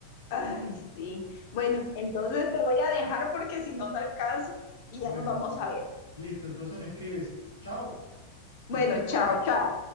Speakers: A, on the left; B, on the right.
A: Ay, sí. Bueno, entonces te voy a dejar porque si no, no alcanzo y
B: Bueno,
A: ya nos vamos a ver.
B: listo. Entonces me escribes. Chao.
A: Bueno,
B: Nos vemos.
A: chao, chao.